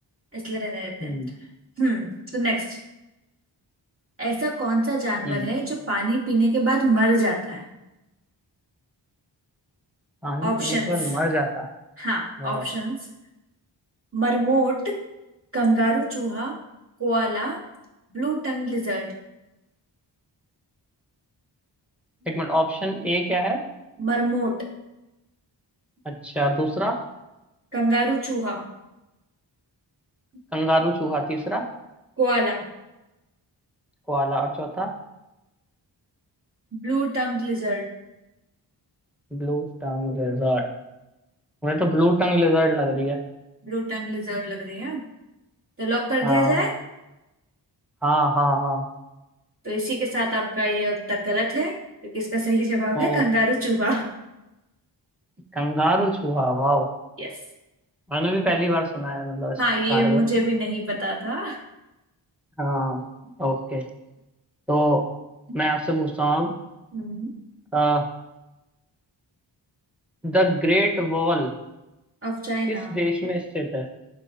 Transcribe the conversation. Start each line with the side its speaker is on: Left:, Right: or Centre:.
Right: इसलिए रहने देते
Centre: हम्म
Right: हैं हम्म तो नेक्स्ट ऐसा कौन सा जानवर
Centre: हम्म
Right: है जो पानी पीने के बाद मर जाता है
Centre: पानी
Right: ऑप्शंस
Centre: पीने के बाद मर जाता है
Right: हाँ
Centre: वाह
Right: ऑप्शंस मरमोट कंगारू चूहा koala blue tongue lizard
Centre: एक मिनट ऑप्शन ए क्या है
Right: Marmot
Centre: अच्छा दूसरा
Right: Kangaroo चूहा
Centre: कंगारू चूहा तीसरा
Right: Koala
Centre: कोआला और चौथा
Right: Blue tongue lizard
Centre: Blue tongue lizard मुझे तो ब्लू टंग लेजर्ड लग रही है
Right: Blue tongue lizard लग रही है तो लॉक कर
Centre: हाँ
Right: दिया जाए
Centre: हाँ हाँ हाँ
Right: तो इसी के साथ आपका ये उत्तर गलत है क्योंकि इसका सही जवाब
Centre: ओ
Right: है कंगारू चूहा
Centre: कंगारू चूहा वाह
Right: यस
Centre: मैंने भी पहली बार सुना है मतलब इस
Right: हाँ ये
Centre: बारे
Right: मुझे
Centre: में
Right: भी नहीं पता था
Centre: हाँ ओके तो मैं आपसे पूछता हूँ
Right: हम्म
Centre: अब द ग्रेट वॉल
Right: अब चाइना
Centre: किस देश में स्थित है